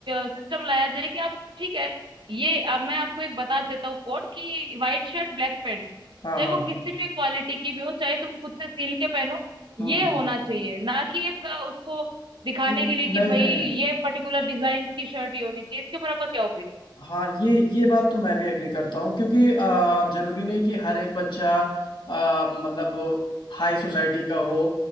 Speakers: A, on the right (about 75°); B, on the left (about 80°).
A: सिस्टम लाया जाए कि आप ठीक है ये अब मैं आपको एक बता देता हूँ कोड कि व्हाइट शर्ट ब्लैक पैंट चाहे
B: हाँ हाँ
A: वो
B: हाँ
A: किसी भी क्वालिटी की भी हो चाहे तुम खुद से सील के पहनो
B: हम्म
A: ये
B: हम्म,
A: होना चाहिए ना कि एक अ, उसको दिखाने
B: न-
A: के लिए
B: नहीं
A: कि भाई
B: नहीं नहीं
A: ये पर्टिकुलर डिजाइन की शर्ट ही होनी चाहिए इसके ऊपर आपका क्या ओपिनियन
B: हाँ ये ये बात तो मैं भी एग्री करता हूँ क्योंकि अ, जरूरी नहीं कि हर एक बच्चा अ, मतलब हाई सोसाइटी का हो